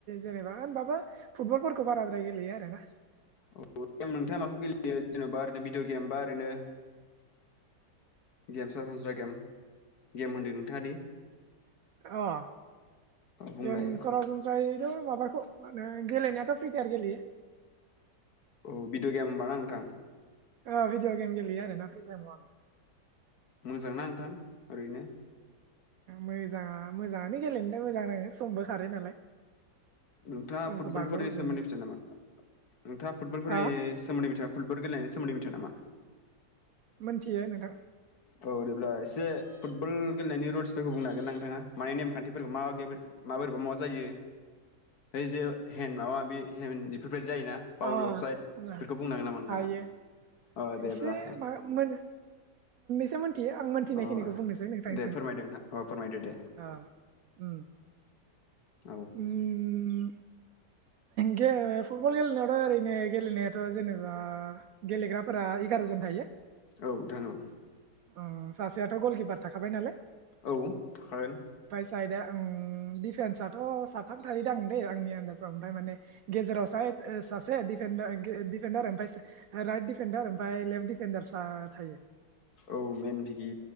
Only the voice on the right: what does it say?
जेनेबा होनबाबो फुटबलफोरखौ बाराद्राय गेलेयो आरोना।
अ
गेम सरासनस्रायैथ' माबाखौ मा होनो। गेलेनायाथ' फ्रिपायार गेलेयो।
ओ भिदिअ गेम गेलेयो आरोना फ्रि टाइमाव आङो।
मोजाङा मोजाङानो गेलेनो दा मोजां नाङो समबो खारो नालाय।
समखौ
बारग'होजोबनो
हा
मोनथियो नोंथां।
अ
हायो
एसे मा मोनो। थ' मोनथियो, आं मोनथिनायखिनिखौ
बुंनोसै नोंथांसिम।
औ उम
उम गे फुटबल गेलेनायावथ' ओरैनो गेलेनायाथ' जेनोबा गेलेग्राफोरा एगारजन थायो।
उम सासेयाथ' गलकिपार थाखाबाय नालाय।
साइदआ उम डिफेन्साथ' साथाम थायोदां दै आंनि आन्दाजाव ओमफ्राय माने गेजेराव सायड ओ सासे डिफेन्डार ओ गे डिफेन्डार ओमफ्राय सा राइट डिफेन्डार ओमफ्राय लेफ्ट डिफेन्डार सा थायो।